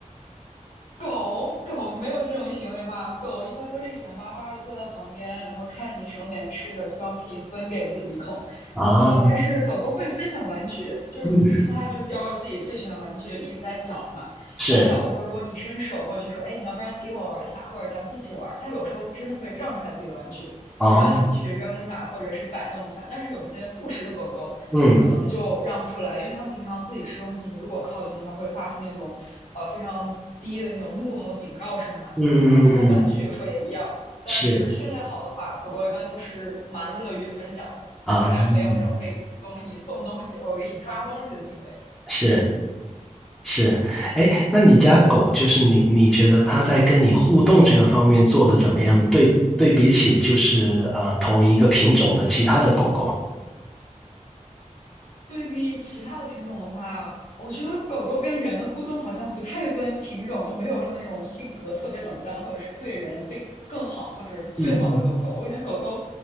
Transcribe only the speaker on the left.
狗狗没有这种行为吧？狗一般都是眼巴巴的坐在旁边，然后看着你手里面吃的，希望可以分给自己一口。
啊、但是狗狗会分享玩具，就是比如说它就是叼着自己最喜欢的玩具一直在咬嘛，
然后咬的时候，如果你伸手过去说，哎，你要不然给我玩一下，或者咱们一起玩，它有时候真的会让出来自己的玩具，
就让你去扔一下或者是摆弄一下。但是有些护食的狗狗可能就让不出来，
因为它们平常自己吃东西，你如果靠近的话，会发出那种呃非常低的那种怒吼警告声嘛。
啊，包括玩具有时候也一样。
但是训练好的话，狗狗一般都是蛮乐于分享的，虽然没有那种会主动给你送东西或者给你抓东西的行为，
对比其他的品种的话，我觉得狗狗跟人的互动好像不太分品种，就没有说那种性格特别冷淡，或者是对人非更好，或者是最好的狗狗。
我感觉狗狗